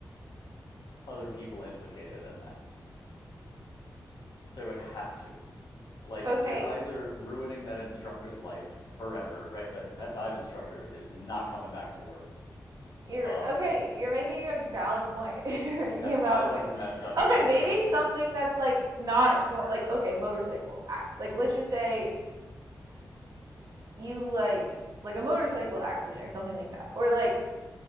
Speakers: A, on the left; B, on the right.
A: other people implicated in that. There would have to. Like,
B: <laughs> okay,
A: you're either ruining that instructor's life forever, right? That that dive instructor is not coming back to work.
B: You're
A: Um,
B: okay. You're making a valid point. <laughs> You're making
A: that
B: a
A: pilot
B: valid point.
A: is messed up forever.
B: Okay, maybe something that's like not going like okay, motorcycle act. Like let's just say you like like a motorcycle accident or something like that. Or like